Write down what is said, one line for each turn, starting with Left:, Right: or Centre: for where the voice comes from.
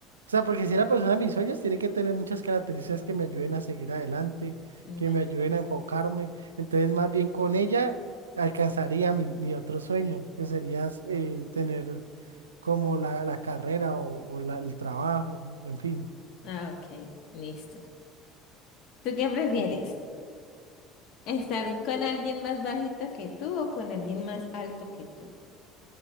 Right: O sea, porque si la persona de mis sueños tiene que tener muchas características que me ayuden a seguir adelante,
Left: Bueno,
Right: que me ayuden a enfocarme. Entonces, más bien con ella alcanzaría mi, mi otro sueño, que sería eh, tener como la, la carrera o, o la- el trabajo, en fin.
Left: ah, ok, listo. ¿Tú qué prefieres?
Right: Eh,
Left: ¿Estar con alguien más bajito que tú o con alguien más alto que tú?